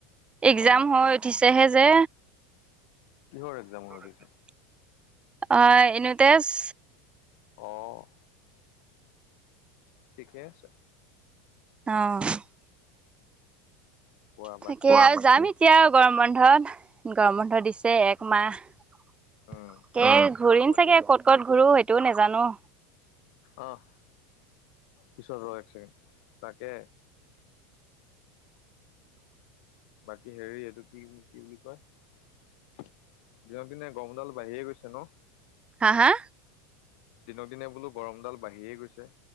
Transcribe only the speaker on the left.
অ
কিহৰ এক্সাম
হৈ দিছে?
অ' ঠিকে আছে।
কোৱা
বাকী
উম
যাব লাগিব।
আহ পিছত ৰ এক ছেকেণ্ড তাকে বাকী হেৰি এইটো কি‌ বুলি কি বুলি কয়? যোৱা দিনে গৰমডাল বাঢ়িয়ে গৈছে ন।
দিনক দিনে বোলোঁ গৰমডাল বাঢ়িয়ে গৈছে।